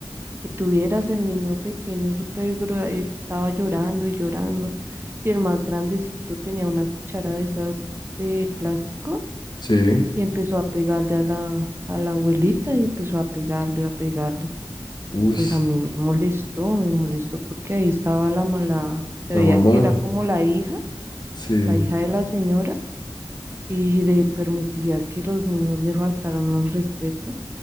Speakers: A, on the right (about 30°); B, on the left (about 55°).
A: Y tuvieras el niño pequeño súper, gro- él estaba llorando y llorando. y el más grandecito tenía una cuchara de esas de plástico
B: sí.
A: y empezó a pegarle a la, a la abuelita y empezó a pegarle, a pegarle.
B: Uy,
A: Pues a mí me molestó, me molestó porque ahí estaba la mala, se
B: la
A: veía
B: mamá,
A: que era como la hija,
B: sí.
A: la hija de la señora y le permitía que los niños le faltaran al respeto.